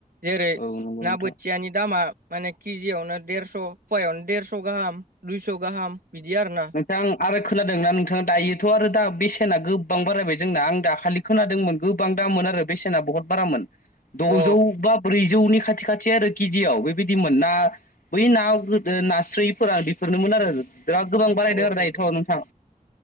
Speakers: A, on the right (about 80°); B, on the left (about 80°).
A: जेरै
B: औ नंगौ
A: ना
B: नोंथां
A: बोथियानि दामा माने केजियावनो देरस फवायावनो देरस गाहाम दुइस गाहाम बिदि आरोना
B: दा आं आरो खोनादोंना नोंथां दायोथ आरो दा बेसेना गोबां बारायबाय जोंना आं दाखालि खोनादोंमोन गोबां दाम आरो बेसेना बहद बाराम दजौ
A: अ
B: बा ब्रैजौनि खाथि खाथि आरो केजियाव बेबायदिमोन ना बै ना गोदो नास्रैफोरा नोमोन आरो गोबां बारायदों
A: औ
B: आरो
A: औ
B: दायोथ नोंथां